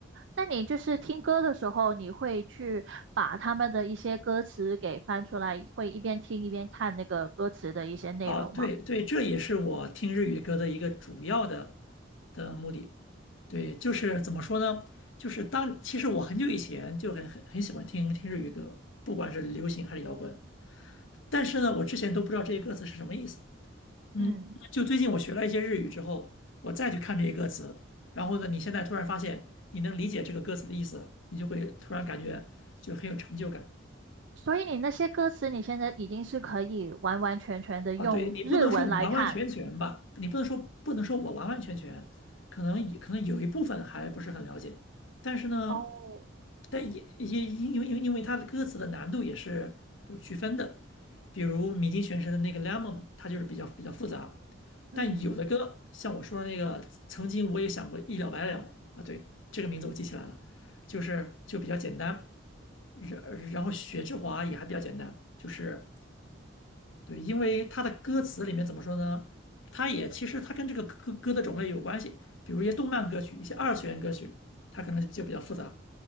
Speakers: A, on the right; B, on the left.
A: 那你就是听歌的时候，你会去把他们的一些歌词给翻出来，会一边听一边看那个歌词的一些内容吗？
B: 啊，对对，这也是我听日语歌的一个主要的的目的。对，就是怎么说呢？就是当其实我很久以前就很很很喜欢听听日语歌，不管是流行还是摇滚。但是呢，我之前都不知道这些歌词是什么意思。嗯，
A: 嗯，
B: 就最近我学了一些日语之后，我再去看这些歌词，然后呢，你现在突然发现你能理解这个歌词的意思了，你就会突然感觉就很有成就感。
A: 所以你那些歌词，你现在已经是可以完完全全的用日文来看。
B: 啊，对你不能说完完全全吧，你不能说不能说我完完全全，可能也可能有一部分还不是很了解，但是呢，
A: 哦，
B: 但也也因为因为因为它的歌词的难度也是有区分的，比如米津玄师的那个《Lemon》，它就是比较比较复杂，
A: 嗯。
B: 但有的歌像我说的那个，曾经我也想过一了百了啊，对，这个名字我记起来了，就是就比较简单，然然后雪之华也还比较简单，就是。对，因为它的歌词里面怎么说呢？它也其实它跟这个歌歌的种类有关系，比如一些动漫歌曲、一些二次元歌曲，它可能就比较复杂。